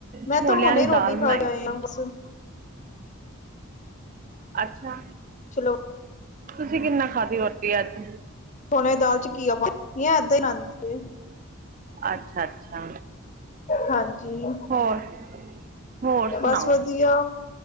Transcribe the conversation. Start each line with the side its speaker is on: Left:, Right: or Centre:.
Left: ਮੈਂ
Right: ਛੋਲਿਆਂ
Left: ਤਾਂ ਹੁਣੇ
Right: ਦੀ
Left: ਰੋਟੀ
Right: ਦਾਲ ਬਣਾਈ
Left: ਖਾ ਕੇ ਆਏ
Right: ਸੀ।
Left: ਆ ਬਸ ਹੁਣ।
Right: ਅੱਛਾ।
Left: ਚਲੋ
Right: ਤੁਸੀਂ ਕਿੰਨਾ ਖਾਂਦੀ ਰੋਟੀ ਅੱਜ।
Left: ਚਣਿਆ ਦਾਲ ਚ ਘੀਆ ਪਾਨੀ ਆ ਐਦਾਂ ਈ <unintelligible> ਏ।
Right: ਅੱਛਾ- ਅੱਛਾ।
Left: ਹਾਂਜੀ।
Right: ਹੋਰ। ਹੋਰ ਸੁਣਾਓ
Left: ਬਸ ਵਧੀਆ,